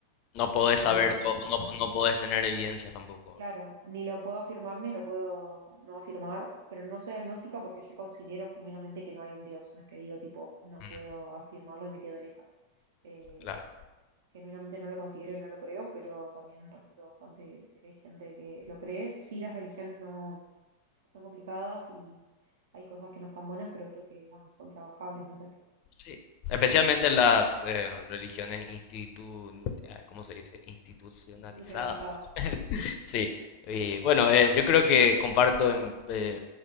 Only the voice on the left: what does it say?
No podés
saber todo,
no, po- no podés tener evidencia tampoco.
Mm,
claro,
sí. Especialmente las eh, religiones institu, ah, ¿cómo se dice? institucionalizadas
Sí, y bueno, eh, yo creo que comparto en, eh,